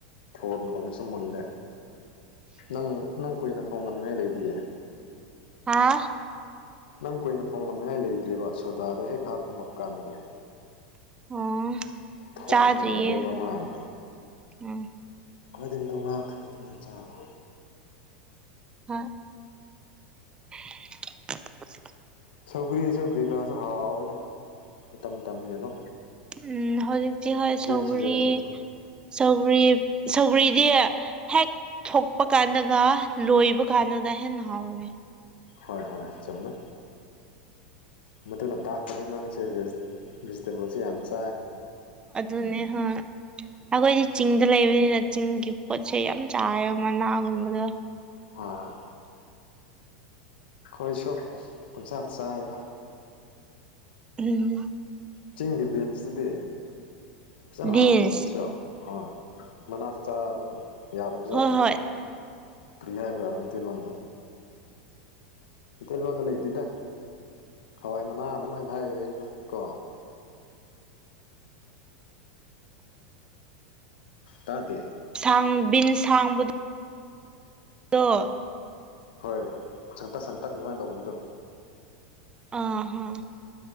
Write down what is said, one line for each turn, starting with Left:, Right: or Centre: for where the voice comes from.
Left: ꯊꯣꯟꯅꯉꯣꯅꯁꯨꯨꯝ ꯃꯨꯜꯂꯦ ꯅꯪ ꯅꯪ ꯀꯨꯏꯅ ꯊꯣꯡ ꯉꯝꯅꯤꯉꯥꯏ ꯂꯩꯗꯤꯌꯦ
Right: ꯍꯥ
Left: ꯅꯪ ꯀꯨꯏꯅ ꯊꯣꯡꯂꯛꯅꯤꯡꯉꯥꯏ ꯂꯩꯇꯦꯕ ꯁꯣꯗꯥꯗ ꯍꯦꯛ ꯍꯥꯞꯄꯂꯕ ꯀꯥꯟꯗꯨꯕꯨꯣ
Right: ꯑꯣ
Left: ꯊꯣꯠ
Right: ꯆꯥꯗ꯭ꯔꯤꯌꯦ
Left: ꯍꯥꯟꯉ ꯃꯔꯕ ꯃꯅ
Right: ꯎꯝ
Left: ꯀꯣꯏꯗꯤꯝꯗꯣ ꯉꯥꯛꯇ꯭ꯅꯤ ꯑꯗꯨꯃꯥꯏꯅ ꯆꯥꯕ
Right: ꯍꯥ <unintelligible> <unintelligible>
Left: ꯁꯧꯒ꯭ꯔꯤ ꯁꯧꯒ꯭ꯔꯤ ꯈꯔꯁꯨ ꯍꯥꯎꯋꯗ ꯇꯝꯒꯦꯀꯣ
Right: ꯎꯝ ꯍꯧꯖꯤꯛꯇꯤ ꯍꯣꯏ ꯁꯧꯒꯔꯤ
Left: ꯁꯤꯖꯟꯒꯤ
Right: ꯁꯧꯒ꯭ꯔꯤ ꯁꯧꯒ꯭ꯔꯤꯗꯤ ꯍꯦꯛ ꯊꯣꯛꯄ ꯀꯥꯟꯗꯒ ꯂꯣꯏꯕ ꯀꯥꯟꯗꯗ ꯍꯦꯟꯅ ꯍꯥꯎꯦ
Left: ꯍꯣꯏ ꯍꯣꯏ ꯆꯨꯝꯃꯦ ꯃꯗꯨꯅ ꯇꯥꯛ ꯑꯗꯨ ꯅꯪꯁꯦꯦ ꯦꯖꯤꯇꯦꯕꯜꯁꯤ ꯌꯥꯝꯁ
Right: ꯑꯗꯨꯅꯦ ꯍ ꯑꯩꯈꯣꯏꯗꯤ ꯆꯤꯡꯗ ꯂꯩꯕꯅꯤ ꯅ ꯆꯤꯡꯒꯤ ꯄꯣꯠꯁꯦ ꯌꯥꯝ ꯆꯥꯏꯌꯦꯕ ꯃꯅꯥꯒꯨꯝꯕꯗ
Left: ꯍꯣꯏ ꯑꯩꯈꯣꯏꯁꯨ ꯄꯨꯟꯁꯥꯗ ꯆꯥꯏꯔꯤꯗ
Right: ꯎꯝ
Left: ꯆꯤꯡꯒꯤ ꯕꯤꯟꯁꯇꯨꯗꯤ ꯐꯖꯅ
Right: ꯕꯤꯟꯁ
Left: ꯍꯥꯎꯗ꯭ꯔ ꯑꯗꯨꯁꯨꯣ ꯍꯣꯏ ꯃꯅꯥꯁꯨ ꯆꯥꯕ ꯌꯥꯕꯗꯨꯖꯥꯠꯇ꯭ꯔꯣ
Right: ꯍꯣꯏ ꯍꯣꯏ
Left: ꯀꯔꯤ ꯍꯥꯏꯕ꯭ꯔꯥ ꯃꯩꯇꯩꯂꯣꯟꯗ ꯃꯩꯇꯩꯂꯣꯟꯗ ꯂꯩꯗꯦꯗ ꯍꯋꯥꯏ ꯃꯅꯥ ꯑꯗꯨꯃꯥꯏꯅ ꯍꯥꯏꯦꯗ ꯀꯣ ꯇꯗꯦ
Right: ꯑꯥꯡ ꯕꯤꯟ ꯁꯥꯡꯕꯗ ꯇ
Left: ꯍꯣꯏ ꯁꯪꯇꯥ ꯁꯪꯇꯥꯛꯗꯥꯏ ꯇꯧꯕꯣꯏꯗ
Right: ꯑ ꯑꯥ